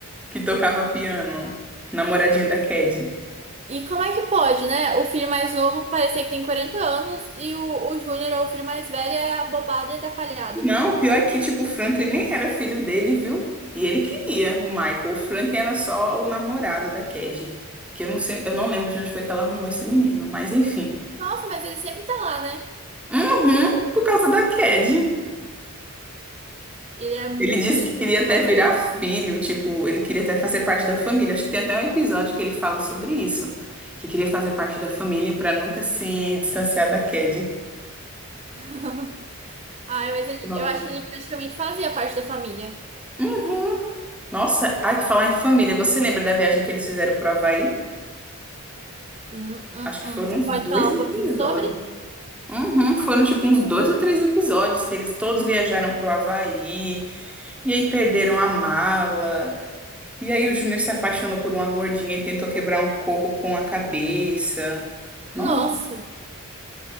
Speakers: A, in the centre; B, on the right.
A: Que tocava piano, namoradinho da Cad.
B: E como é que pode, né? O filho mais novo parecer que tem 40 anos e o, o Júnior é o filho mais velho, é abobado e atrapalhado.
A: Não, pior é que, tipo, o Franklin nem era filho dele, viu? E ele queria o Michael. O Franklin era só o namorado da Cad. Que eu não sei, eu não lembro de onde foi que ela arrumou esse menino, mas enfim.
B: Nossa, mas ele sempre tá lá, né?
A: Uhum, por causa da Cad.
B: Ele é
A: Ele
B: muito
A: disse
B: inteligente,
A: que queria até
B: aquela
A: virar
B: criança.
A: filho, tipo, ele queria até fazer parte da família. Acho que tem até um episódio que ele fala sobre isso, que queria fazer parte da família pra nunca se distanciar da Cad.
B: <laughs> Ai, mas ele-
A: Não.
B: eu acho que ele praticamente fazia parte da família.
A: Uhum. Nossa, ai, pra falar em família, você lembra da viagem que eles fizeram pro Havaí?
B: Hum, hum,
A: Acho que
B: hum.
A: foram
B: Você
A: uns
B: pode
A: dois
B: falar
A: episódios.
B: um pouquinho sobre?
A: Uhum, foram tipo uns dois ou três episódios que eles todos viajaram pro Havaí e aí perderam a mala. E aí o Júnior se apaixonou por uma gordinha e tentou quebrar um coco com a cabeça. Nossa,
B: Nossa,